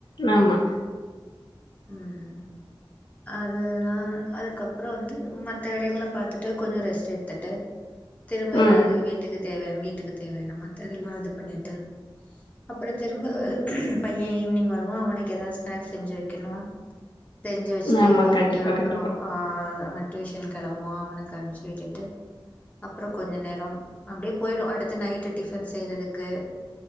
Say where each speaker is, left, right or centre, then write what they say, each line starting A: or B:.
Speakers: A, on the left (about 60°); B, on the left (about 15°).
A: நாமா
B: உம் அதுதா அதுக்கப்றோ வந்து மத்த வேலைங்கள பாத்தூட்டு கொஞ்சோ ரெஸ்ட் எடுத்துட்டு திரும்ப
A: ம்
B: ஏதாவ்து வீட்டுகு தேவயான வீட்டுக்கு தேவயான மத்ததெல்லா இது பண்ணிட்டு அப்புறோ திரும்ப பைய்யன் ஈவினிங் வருவான் அவனுக்கு எதாவது ஸ்நாக்ஸ் செஞ்சு வெக்கணு செஞ்சு வெச்சுட்டு
A: ஆமா
B: கொஞ்சோ
A: கண்டிப்பா
B: நேரோ அப்புறோ
A: கண்டிப்பா
B: எ வந் டியூஷன் கெளம்புவான் அவனுக்கு அனுப்புச்சு விட்டுட்டு அப்பறொ கொஞ்சொ நேரம் அப்டியே போயிடு அடுத்து நைட்டு டிஃபன் செய்யறதுக்கு